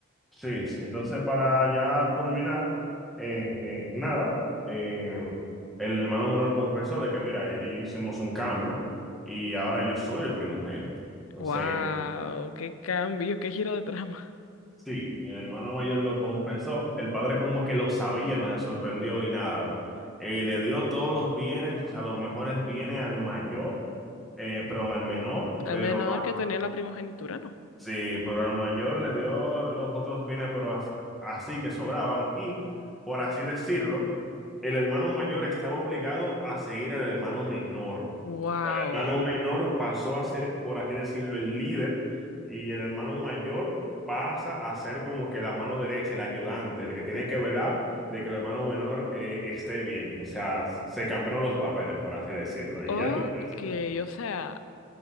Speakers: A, in the centre; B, on the left.
A: Sí, sí. Entonces, para ya culminar, eh, eh, nada, eh, el hermano menor confesó de que, mira, él y yo hicimos un cambio y ahora yo soy el primogénito. Entonces,
B: Wow, qué cambio, qué giro de trama.
A: sí, el hermano mayor lo confesó. El padre como que lo sabía, no se sorprendió y nada. Eh, le dio todos los bienes, o sea, los mejores bienes al mayor, eh, perdón, al menor,
B: Al
A: pero
B: menor que tenía la primogenitura, no.
A: Sí, pero al mayor le dio los otros bienes, pero as- así que sobraban. Y, por así decirlo, el hermano mayor estaba obligado a seguir al hermano menor. O
B: Wow.
A: sea, el hermano menor pasó a ser, por así decirlo, el líder y el hermano mayor pasa a ser como que la mano derecha, el ayudante, el que tiene que velar de que el hermano menor eh, esté bien. O sea, se cambiaron los papeles, por así decirlo. Y
B: Ok,
A: ya tú puedes.
B: o sea,